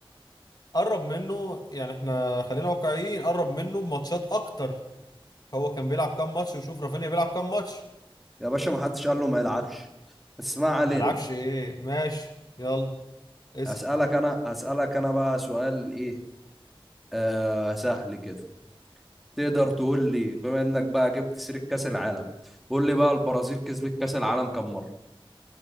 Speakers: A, on the left (about 45°); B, in the centre.
A: قرب منه يعني إحنا خلينا واقعيين قرب منه بماتشات أكتر هو كان بيلعب كام ماتش وشوف رافينيا بيلعب كام ماتش
B: يا باشا ما حدش قال له ما يلعبش بس ما علينا
A: ما يلعبش إيه ماشي يلا اسأل
B: هسألك انا هسألك انا بقى سؤال ايه آه سهل كده تقدر تقول لي بما انك بقى جبت سيرة كأس العالم قول لي بقى البرازيل كسبت كأس العالم كم مرة